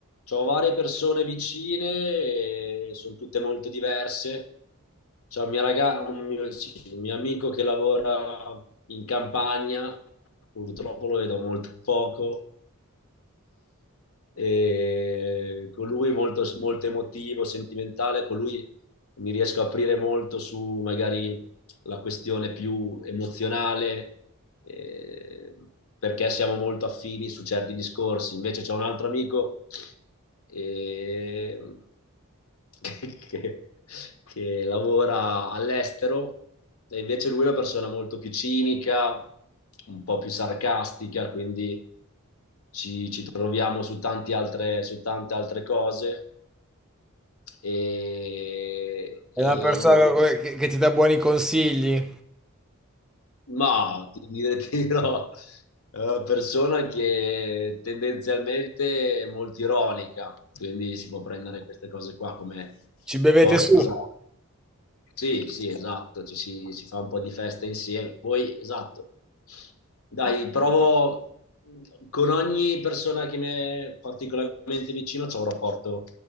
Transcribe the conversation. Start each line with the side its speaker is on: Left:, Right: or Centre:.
Left: ho varie persone vicine, e sono tutte molto diverse. C'è un mio raga- un mio, sì, un mio amico che lavora in campagna, purtroppo lo vedo molto poco. E con lui è molto, molto emotivo, sentimentale, con lui mi riesco a aprire molto su magari la questione più emozionale, eh, perché siamo molto affini su certi discorsi. Invece c'è un altro amico eh, <laughs> che, che lavora all'estero e invece lui è una persona molto più cinica, un po' più sarcastica, quindi ci, ci troviamo su, tanti altre, su tante altre cose. E,
Centre: è
Left: e
Centre: una persona
Left: in
Centre: co- che, che ti dà buoni consigli.
Left: Ma ti dire- ti dirò, è una persona che tendenzialmente è molto ironica, quindi si può prendere queste cose qua come
Centre: Ci bevete
Left: cosa.
Centre: su.
Left: Sì, sì, esatto, ci si, si fa un po' di festa insieme. Poi, esatto, dai, provo con ogni persona che mi è particolarmente vicino, c'è un rapporto